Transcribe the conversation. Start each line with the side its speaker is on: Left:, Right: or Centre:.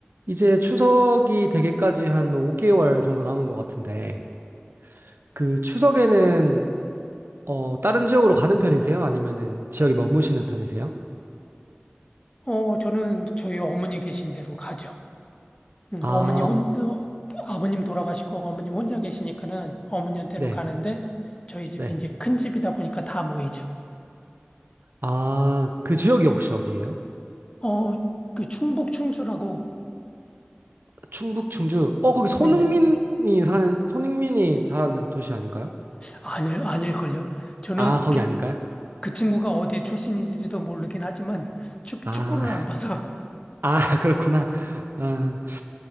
Right: 이제 추석이 되기까지 한 5개월 정도 남은 것 같은데, 그 추석에는, 어, 다른 지역으로 가는 편이세요? 아니면은 지역에 머무시는 편이세요?
Left: 어, 저는 저희 어머니 계신 데로 가죠. 음,
Right: 아,
Left: 어머니 혼,
Right: 어,
Left: 어, 아버님 돌아가시고 어머님 혼자 계시니까는 어머니한테로
Right: 네,
Left: 가는데 저희 집이
Right: 네.
Left: 이제 큰 집이다 보니까 다 모이죠.
Right: 아, 그 지역이 혹시 어디예요?
Left: 어, 그 충북 충주라고.
Right: 충북, 충주. 어, 거기 손흥민이
Left: 네네.
Right: 사는, 손흥민이 자란 도시 아닌가요?
Left: 아닐, 아닐걸요. 저는
Right: 아, 거기
Left: 그,
Right: 아닌가요?
Left: 그 친구가 어디 출신인지도 모르긴 하지만 축,
Right: 아,
Left: 축구를 안 봐서.
Right: <laughs> 아, 그렇구나. 아,